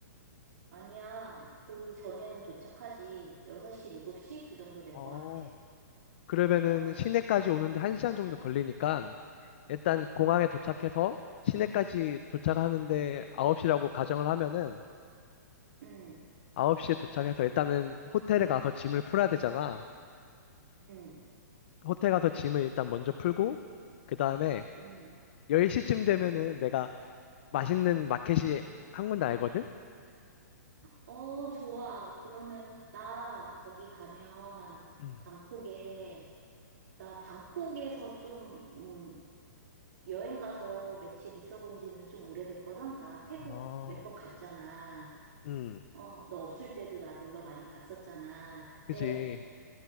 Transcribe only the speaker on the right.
아니야. 그 전에는 도착하지. 6시, 7시? 그 정도 될
것 같아.
어,
응,
응,
응,
응.
어, 좋아. 그러면 나 거기 가면
방콕에 나 방콕에서 좀 음, 여행 가서 며칠 있어 본 지는 좀 오래됐거든. 나 태국
몇 번 갔잖아.
어, 너 없을 때도 나 놀러 많이 갔었잖아. 그때